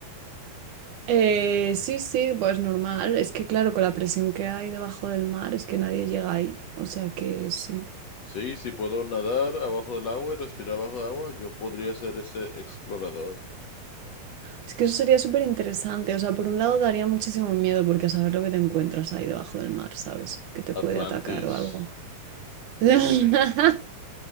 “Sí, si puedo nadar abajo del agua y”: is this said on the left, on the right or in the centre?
Left